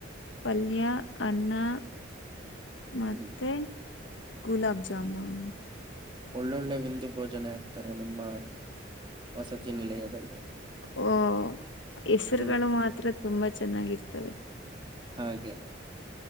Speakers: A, on the left (about 75°); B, on the right (about 25°).
A: ಪಲ್ಯಾ ಅನ್ನಾ ಮತ್ತೆ
B: ಹ್ಮ್
A: ಗುಲಬ ಜಾಮುನ್
B: ಒಳ್ಳೊಳ್ಳೆ ವಿಂದು ಭೋಜನೆ ಆಗ್ತಾರೆ ನಿಮ್ಮ ವಸತಿ ನಿಲಯದಲ್ಲಿ
A: ಓ ಹೆಸರುಗಳು
B: ಹ್ಮ್
A: ಮಾತ್ರ ತುಂಬಾ ಚೆನ್ನಾಗಿರ್ತವೆ.
B: ಹಾಗೆ